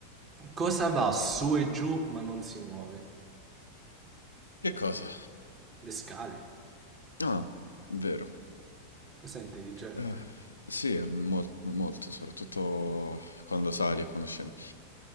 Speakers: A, on the right; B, on the left.
A: cosa va su e giù ma non si muove?
B: Che cosa?
A: Le scale.
B: Ah, vero.
A: Questo è intelligente.
B: Eh, sì, è mol molto, soprattutto quando sali e quando scendi.